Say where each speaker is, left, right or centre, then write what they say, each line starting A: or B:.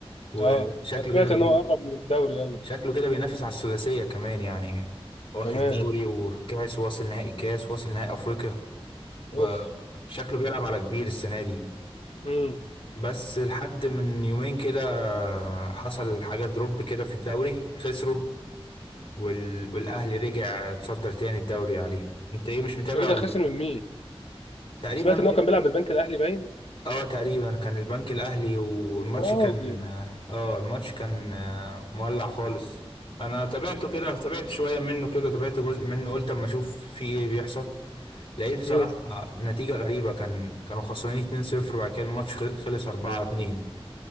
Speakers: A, on the left; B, on the left.
A: وشكله
B: اه انا سمعت
A: كده بي...
B: ان هو قرب من الدوري قوي
A: شكله كده بينافس على الثلاثيه كمان يعني واخد
B: كمان
A: دوري وكاس واصل نهائي كاس واصل نهائي افريقيا فشكله
B: اوف
A: بيلعب على كبير السنه دي
B: امم
A: بس لحد من يومين كده حصل حاجة دروب كده في الدوري خسروا وال... والأهلي رجع اتصدر تاني الدوري عليه انت ايه مش متابع
B: ايه ده
A: ولا
B: خسر من مين
A: تقريبا
B: سمعت ان هو كان بيلعب بالبنك الاهلي باين
A: اه تقريبا كان البنك الأهلي والماتش
B: يا راجل
A: كان اه الماتش كان آه، مولع خالص انا تابعته كده تابعت شوية منه كده تابعت جزء منه قلت اما اشوف في ايه بيحصل لقيت بصراحة
B: امم
A: نتيجة غريبة كان كانوا خسرانين 2-0 وبعد كده الماتش خلص 4-2